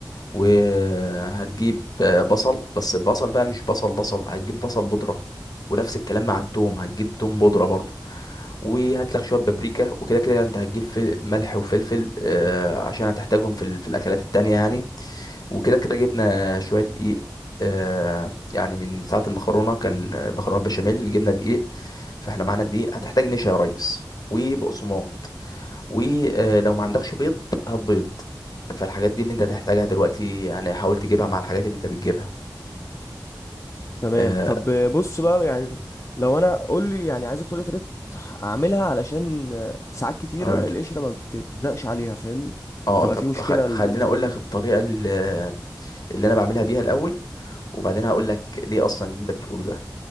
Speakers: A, on the left; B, on the left.
A: وهتجيب آه، بصل بس البصل بقى مش بصل بصل هتجيب بصل بودرة ونفس الكلام مع التوم هتجيب توم بودرة برضو وهات لك شوية بابريكا وكده كده انت هتجيب فل... ملح وفلفل آه، عشان هتحتاجهم في, ال... في الأكلات التانية يعني وكده كده جبنا شوية دقيق آه، يعني من ساعة المكرونة كان آه، مكرونة بشاميل جبنا دقيق فاحنا معانا دقيق هتحتاج نشا يا ريس وبقسماط ولو ما عندكش بيض هات بيض فالحاجات دي اللي انت هتحتاجها دلوقتي يعني حاول تجيبها مع الحاجات اللي انت بتجيبها
B: تمام
A: آه،
B: طب بص بقى يعني لو انا قول لي يعني عايزك تقول لي طريقه اعملها علشان ساعات كتيره
A: اقول لك
B: القشره ما بتلزقش عليها فاهمني
A: اه
B: بتبقى
A: طب
B: في مشكله
A: خ-
B: ال...
A: خليني اقول لك الطريقه ال- اللي انا بعملها بيها الاول وبعدين هقول لك ليه اصلا اللي انت بتقوله ده